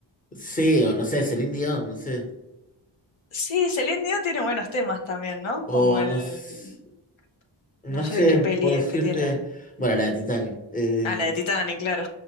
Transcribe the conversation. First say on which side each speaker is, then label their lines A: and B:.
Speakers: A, on the left; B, on the left.
A: Sí, o no sé, Celine Dion, no sé.
B: Sí, Celine Dion tiene buenos temas también, ¿no?
A: O
B: Como el...
A: no, s- no
B: No
A: sé,
B: sé qué peli
A: puedo decirte,
B: es que tiene.
A: bueno, la de Titanic, eh,
B: Ah, la de Titanic, claro.